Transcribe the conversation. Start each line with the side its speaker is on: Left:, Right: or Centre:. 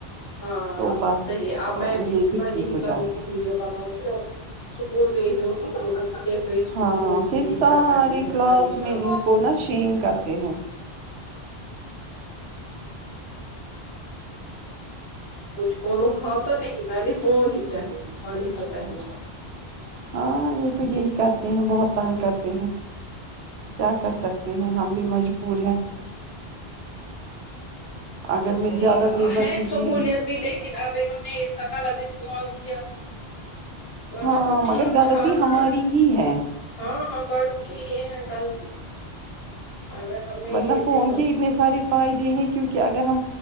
Left: ہاں
Right: تو بس
Left: صحیح ا میں بھی
Right: یہ
Left: اس
Right: پھر
Left: کا
Right: ٹھیک
Left: یہی
Right: ہو
Left: کروں
Right: جاتے
Left: گی
Right: ہیں
Left: ویڈیو بناؤں گی اور اسکول بھیجوں گی بولوں گی دیکھ اس
Right: ہاں
Left: فون کے
Right: پھر
Left: لیے
Right: سارے
Left: کیا کرتی ہیں
Right: کلاس
Left: پریشان
Right: میں ان کو نا شیم کرتے ہیں
Left: کچھ پولو کھا تو نہیں پہلے فون ہی چاہیے کھانے سے پہلے
Right: ہاں یہ تو یہی کرتے ہیں بہت تنگ کرتے ہیں کیا کر سکتے ہیں ہم بھی مجبور ہیں اگر
Left: کری
Right: میں زیادہ دیر بچے
Left: ہے سہولیت
Right: کی
Left: بھی لیکن اب انہوں نے اس کا غلط استعمال کیا ورنہ
Right: ہاں
Left: تو
Right: مگر
Left: ٹھیک
Right: غلطی
Left: ٹھاک
Right: ہماری
Left: ہے
Right: ہی ہے
Left: ہاں ہاں بڑوں کی ہی ہے غلطی اگر ہم نہیں
Right: ورنہ
Left: دیتے
Right: فون
Left: تو
Right: کے اتنے سارے فائدے ہیں کیونکہ اگر ہم